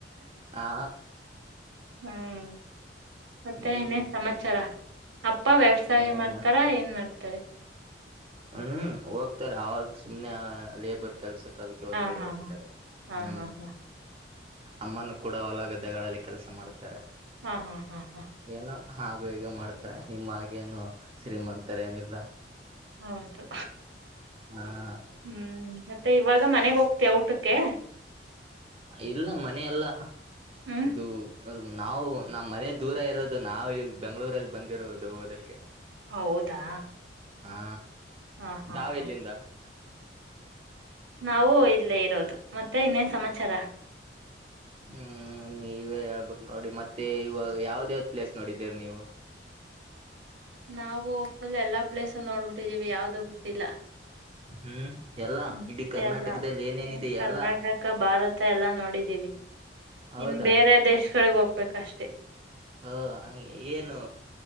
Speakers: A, on the right (about 30°); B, on the right (about 75°).
A: ಹಾ
B: ಹ್ಮ್ ಮತ್ತೆ
A: ಹ್ಮ್
B: ಇನ್ನೇ ಸಮಾಚಾರ ಅಪ್ಪ ವ್ಯವಸಾಯ
A: ಏನ
B: ಮಾಡ್ತಾರಾ ಏನ್ ಮಾಡ್ತಾರ ತಾರೆ
A: ಹ್ಮ್ ಹೋಗ್ತಾರೆ ಅವಾಗ ಸುಮ್ನೆ ಲೇಬರ್ ಕೆಲ್ಸಕ್ಕ ಅದಕ್ಕೆ ಹೊರ್ಗಡೆ
B: ಹಾ ಹಾ
A: ಹೋಗ್ತಾರೆ
B: ಹಾ
A: ಹ್ಮ್
B: ಹಾ ಹಾ
A: ಅಮ್ಮನು ಕೂಡ ಹೊಲ ಗದ್ದೆಗಳಲ್ಲಿ ಕೆಲಸ ಮಾಡ್ತಾರೆ
B: ಹಾ ಹಾ ಹಾ ಹಾ
A: ಏನೋ ಹಾಗು ಹೇಗ ಮಾಡ್ತಾರೆ ನಿಮ್ಮ್ಗೇನು ಶ್ರೀಮಂತರ ಏನಿಲ್ಲ
B: ಹೌದು
A: ಹಾ
B: ಹ್ಮ್ ಮತ್ತೆ ಇವಾಗ ಮನೆಗ್ ಹೋಗ್ತೀ ಊಟಕ್ಕೆ ಓಕೆ
A: ಇಲ್ಲ ಮನೆಲ್ಲ
B: ಹ್ಮ್
A: ಇದು ಅವ ನಾವು ನಮ್ಮ್ ಮನೆ ದೂರ ಇರೋದು ನಾವವು ಈ ಬೆಂಗ್ಗಳೂರಲ್ಲಿ ಬಂದಿರೋದು ಓದಕ್ಕೆ
B: ಹೌದಾ
A: ಹಾ
B: ಹಾ ಹಾ
A: ತಾವ
B: ಹಾ
A: ಎಲ್ಲಿಂದ
B: ನಾವೂ ಇಲ್ಲೇ ಇರೋದು ಮತ್ತೆ ಇನ್ನೇನ್ ಸಮಾಚಾರ
A: ಹ್ಮ್ ನೀ ಇವೇ ಹೇಳ್ಬಕ್ ನೋಡಿ ಮತ್ತೆ ಇವಾಗ ಯಾವ್ದ ಯಾವ್ದ್ ಪ್ಲೇಸ್ ನೋಡಿದ್ದೀರಿ ನೀವು
B: ನಾವು ಫುಲ್ ಎಲ್ಲಾ ಪ್ಲೇಸ್ ನೋಡ್ಬಿಟ್ಟಿದ್ದೀವಿ ಯಾವ್ದು ಬಿಟ್ಟಿಲ್ಲ
A: ಹ್ಮ್ ಎಲ್ಲಾ
B: ಹ್ಮ್
A: ಇಡೀ ಕರ್ನಾಟಕದಲ್ಲಿ
B: ಎಲ್ಲ
A: ಏನೇನಿದೆ
B: ಕರ್ನಾಟಕ
A: ಎಲ್ಲಾ
B: ಭಾರತ ಎಲ್ಲಾ ನೋಡಿದ್ದೀವಿ
A: ಹೌದಾ
B: ಇನ್ ಬೇರೆದೇ ಕೆಳಗ ಹೋಗ್ಬೇಕಷ್ಟೇ
A: ಹ ಏನು